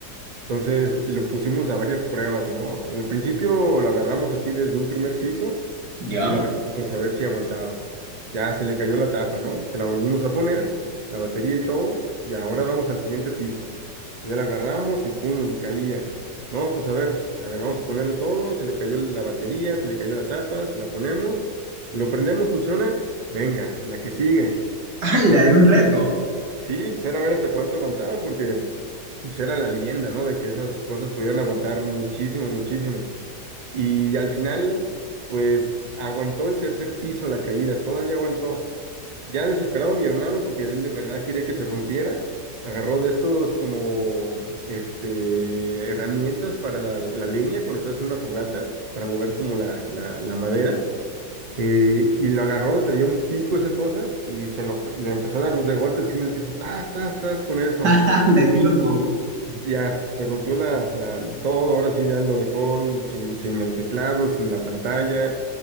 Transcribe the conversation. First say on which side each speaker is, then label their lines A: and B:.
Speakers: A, on the right (about 50°); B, on the right (about 65°).
A: Entonces lo pusimos a varias pruebas, ¿no? Al principio lo agarramos así desde un primer piso
B: ¿Ya?
A: y lo aventamos a ver si aguantaba. Ya se le cayó la tapa, ¿no? Se la volvimos a poner, la batería y todo, y ahora vamos al siguiente piso. Ya la agarramos y ¡pum! caía. No, pues a ver, a ver, vamos a ponerle todo, se le cayó la batería, se le cayó la tapa, se la ponemos, lo prendemos, funciona, venga, la que sigue.
B: <laughs> ¡Hala!
A: Entonces,
B: Era un reto.
A: sí, pues era ver hasta cuánto aguantaba, porque pues era la leyenda, ¿no? De que esas cosas podían aguantar muchísimo, muchísimo. Y al final, pues aguantó el tercer piso la caída, todavía aguantó. Ya desesperado mi hermano, porque él de verdad quería que se rompiera, agarró de estos como este, herramientas para la, la leña cuando estás en una fogata, para mover como la, la, la madera. eh, y lo agarró, traía un pico esa cosa, y se lo le empezó a dar de golpes así en el piso, tas, tas, tas, con eso.
B: <laughs> ¡Hala! ¡Qué loco!
A: Ya hasta se rompió la, la- todo, ahora sí ya lo dejó sin, sin el teclado, sin la pantalla,